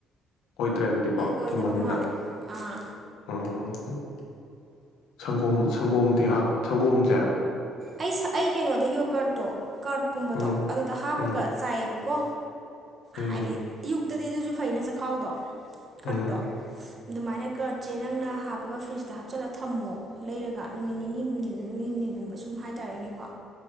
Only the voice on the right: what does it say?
ꯑꯣꯏꯗꯕ
ꯃꯥꯜꯂꯦ ꯑꯥ
ꯑꯩ ꯁ ꯑꯩ ꯀꯩꯅꯣꯗ ꯌꯣꯒꯥꯔꯠꯇꯣ ꯀꯔꯠꯀꯨꯝꯕꯗꯣ
ꯑꯗꯨꯗ ꯍꯥꯞꯄꯒ
ꯆꯥꯏꯑꯦꯕꯀꯣ
ꯍꯥꯏꯗꯤ ꯏꯌꯨꯛꯇꯗꯤ ꯑꯗꯨꯖꯨ ꯐꯩꯩꯅ ꯆꯈꯥꯎꯗꯣ ꯀꯠꯇꯣ
ꯑꯗꯨꯃꯥꯏꯅ ꯀꯔꯠ ꯁꯦꯅꯪꯅ ꯍꯥꯞꯄꯒ ꯐ꯭ꯔꯤꯖꯇ ꯍꯥꯞꯆꯜꯂ ꯊꯝꯃꯣ ꯂꯩꯔꯒ ꯅꯨꯃꯤꯠ ꯅꯤꯅꯤ ꯍꯨꯝꯅꯤꯒ ꯅꯤꯅꯤ ꯍꯨꯝꯅꯤꯒꯨꯝꯕꯁꯨ ꯁꯨꯝ ꯍꯥꯏꯇꯥꯔꯦꯅꯦꯀꯣ